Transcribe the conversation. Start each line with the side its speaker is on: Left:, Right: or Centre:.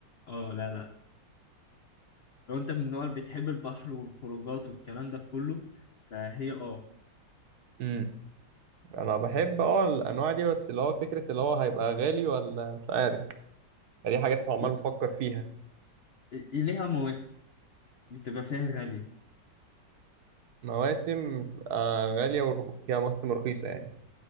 Left: اه لا لا لو انت من النوع اللي بتحب البحر والخروجات والكلام ده كله فهي اه
Right: يعني انا بحب اه الانواع دي بس اللي هو فكره اللي هو هيبقى غالي ولا مش عارف دي حاجات عمال
Left: بص
Right: بفكر فيها
Left: ليها مواسم بتبقى فيها غالية
Right: مواسم تبقى غاليه وفيها مواسم رخيصه يعني